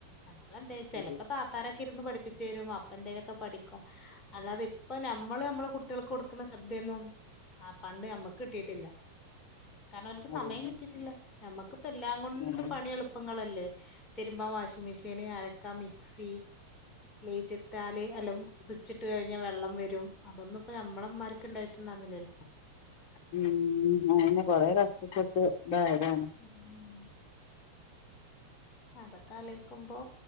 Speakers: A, on the left; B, on the left.
A: ഞമ്മളെന്തെയും
B: ശരിയാ
A: ചിലപ്പോ താത്താരൊക്കെ ഇരുന്ന് പഠിപ്പിചെരും അപ്പ എന്തേലൊക്കെ പഠിക്കും അല്ലാതെ ഇപ്പ നമ്മള് നമ്മള കുട്ടികൾക്ക് കൊടുക്കുന്ന ശ്രെദ്ധയൊന്നും ആ പണ്ട് ഞമ്മക്ക് കിട്ടീട്ടില്ല കാരണോൽക്ക്
B: അതന്നെ
A: സമയം കിട്ടീട്ടില്ല നമ്മക്ക്പ്പ എല്ലാംകൊണ്ടും
B: ആഹ്
A: പണി എളു പ്പങ്ങളല്ലേ തിരുമ്പാൻ വാഷിങ് മെഷീന് അരക്കാൻ മിക്സി ലേറ്റിട്ടാല് എലും സ്വിച്ചിട്ട് കഴിഞ്ഞ വെള്ളം വരും അതൊന്നുപ്പോ നമ്മളുമ്മമാർക്ക് ണ്ടായിട്ടുണ്ടായിരുന്നില്ലാലോ
B: ഉം അയെന്നെ കൊറേ കഷ്ടപ്പെട്ട് ഇതായതാണ്.
A: ഉം അതൊക്ക ആലോയിക്കുമ്പോ